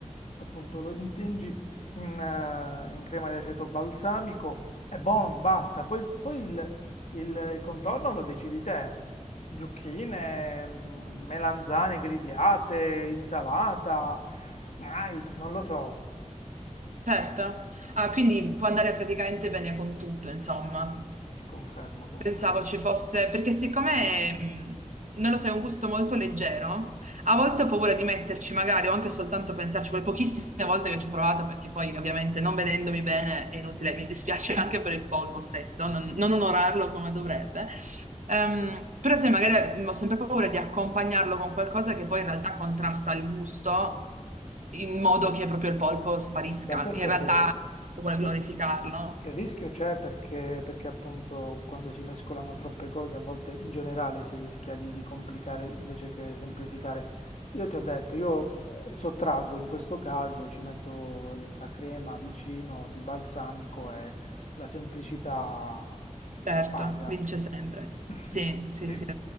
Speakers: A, on the left; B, on the right.
A: appunto lo intingi in, eh, in crema di aceto balsamico e buon, basta. Poi, poi il, il- il contorno lo decidi te. Zucchine, mm, melanzane grigliate, insalata, mais, non lo so.
B: certo. Ah, quindi può andare praticamente bene con tutto, insomma.
A: Confermo, confermo.
B: Pensavo ci fosse, perché siccome, mh, non lo so, è un gusto molto leggero, a volte ho paura di metterci magari o anche soltanto pensarci, quelle pochissime volte che ci ho provato, perché poi ovviamente non vedendomi bene è inutile, mi dispiace anche per il polpo stesso, non,
A: <laughs>
B: non onorarlo come dovrebbe.
A: Sì.
B: Ehm, però se magari mhmm, ho sempre paura di accompagnarlo con qualcosa che poi in realtà contrasta il gusto in modo che proprio il polpo sparisca.
A: Beh, questo
B: In
A: è
B: realtà
A: vero.
B: vuole
A: Quest-
B: glorificarlo.
A: Il rischio c'è perché, perché appunto quando si mescolano troppe cose, a volte in generale si rischia di, di complicare invece che semplificare. Io ti ho detto, io eh, sottraggo in questo caso, ci metto la crema vicino di balsamico e la semplicità
B: Certo,
A: paga.
B: vince sempre.
A: <laughs>
B: Sì, sì,
A: Sì.
B: sì.